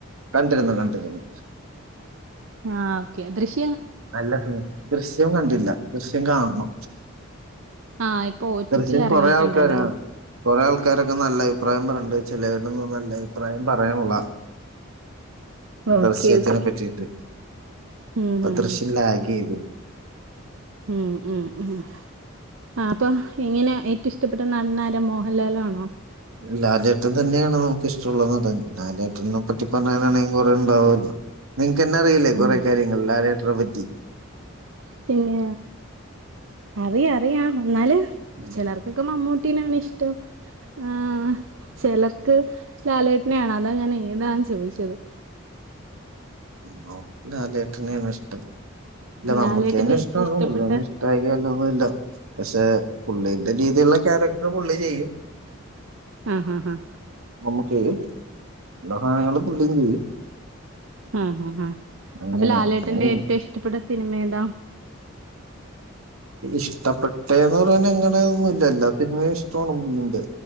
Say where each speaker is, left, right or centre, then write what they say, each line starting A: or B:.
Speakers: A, on the right; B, on the right.
A: കണ്ടിരുന്നു കണ്ടിരുന്നു
B: ആഹ ഓക്കെ ദൃശ
A: നല്ല സിന ദൃശ്യം കണ്ടില്ല ദൃശ്യം കാണുന്നു
B: ആഹ് ഇപ്പൊ ഒ ടി
A: ദൃശ്യം
B: ടിയിൽ എറങ്ങിയിട്ടുണ്ടല്ലോ.
A: കൊറെേ ആൾക്കാരാ കുറെേ ആൾക്കാരൊക്കെ നല്ല അഭിപ്രായം പറയണ്ട് ചിലടെൊന്നും നല്ല അഭിപ്രായം പറയാനുള്ള
B: ഓക്കെ
A: ദൃശ്യത്തിനെ
B: ഓക്കെ.
A: പറ്റിയിട്ട്
B: ഉം ഹും
A: അ ദൃശ്യം
B: ഹും.
A: ലാഗ് ചെയ്തു
B: ഉം ഉം ഉം ആ അപ്പൊ ഇങ്ങനെ ഏറ്റവും ഇഷ്ടപ്പെട്ട നടനാര മോഹൻലാല ആ
A: ലാലേട്ടൻ തന്നെയാണ് നമുക്ക് ഇഷ്ടമുള്ള നടൻ ലാലേട്ടം പറ്റി പറയാനാണെങ്കിൽ കുറെേ ഉണ്ടാകല്ലോ നിങ്ങക്ക് തന്നെ അറിയില്ലേ
B: ആഹ്
A: കൊറെ കാര്യങ്ങളും അവി
B: പിന്നെ അറിയാ അറിയാം എന്നന്നാല്
A: ഉം.
B: ചിലർക്കൊക്കെ മമ്മൂട്ടീനാണ് ഇഷ്ടം ആ ചിലർക്ക് ലാലേട്ടനയാണ് അതാ ഞാൻ ഏതാന്ന് ചോദിച്ചത്
A: നോക്ക നാല ഏട്ടന ഇഷ്ടം ഇല്ല നമ്മുക്കേന്നെ
B: ലാലേട്ടന്റെ ഏറ്റവും
A: ഇഷ്ടണ
B: ഇഷ്ടപ്പെട്ട
A: ഉള്ളേനെ ഇഷ്ട ആല്ല ഒന്നും ഇല്ല പക്ഷെ പുള്ളിറെ രീതിുള്ള ക്യാരക്ടർ പുള്ളി ചെയ്യും
B: ആഹ ഹഹ ഹഹ
A: നമ്മുക്ക് ഇ സാധങ്ങൾ പുള്ളിയും ചെയ്യും
B: ആഹ്
A: അങ്ങനെ
B: അപ്പൊ ലാലേട്ടൻന്റെ
A: അങ്ങനെ
B: ഏറ്റവും ഇഷ്ടപ്പെട്ട സിനിമല്ലാ
A: ഇഷ്ടപ്പെട്ടന്ന് പറയാൻ എങ്ങനൊന്നുംല്ല എല്ലാ സിനിമയും ഇഷ്ടമാണ് മീന്റെ